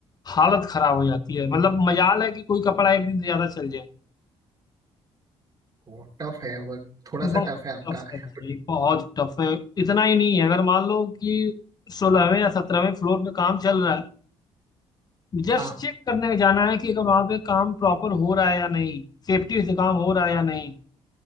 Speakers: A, on the left; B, on the right.
A: हालत खराब हो जाती है मतलब मजाल है कि कोई कपड़ा एक दिन ज्यादा चल जाए
B: वो टफ है वर्क थोड़ा
A: बहुत
B: सा टफ है आपका
A: टफ है भाई
B: बट
A: बहुत टफ है इतना ही नहीं है अगर मान लो कि सोलहवें या सत्रहवें फ्लोर पे काम चल रहा है जस्ट
B: हाँ
A: चेक करने जाना है कि अगर वहां पे काम प्रॉपर हो रहा है या नहीं सेफ्टी से काम हो रहा है या नहीं